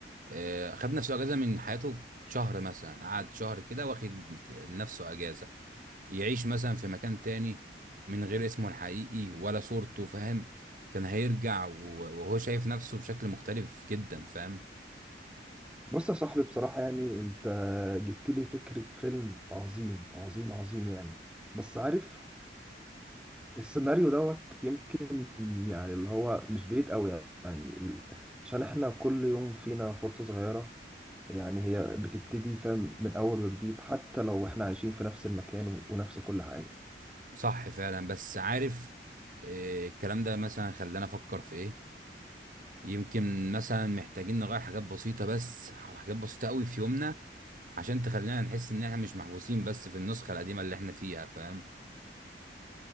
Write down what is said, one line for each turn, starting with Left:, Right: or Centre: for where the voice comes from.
Right: آه، اخد نفسه اجازة من حياته شهر مثلا قعد شهر كده واخد لنفسه اجازة يعيش مثلا في مكان تاني من غير اسمه الحقيقي ولا صورته فاهم كان هيرجع و- وهو شايف نفسه بشكل مختلف جدا فاهم
Centre: بص يا صاحبي بصراحة يعني انت جبت لي فكرة فيلم عظيم عظيم عظيم يعني بس عارف السيناريو دوت يمكن يعني اللي هو مش بعيد قوي يعني ال- عشان احنا كل يوم فينا فرصة صغيرة يعني هي بتبتدي فاهم من اول وجديد حتى لو احنا عايشين في نفس المكان و- ونفس كل حاجة
Right: صح فعلا بس عارف آه، الكلام ده مثلا خلانا افكر في ايه يمكن مثلا محتاجين نغير حاجات بسيطة بس أو حاجات بسيطة قوي في يومنا عشان تخلينا نحس ان احنا مش محبوسين بس في النسخة القديمة اللي احنا فيها فاهم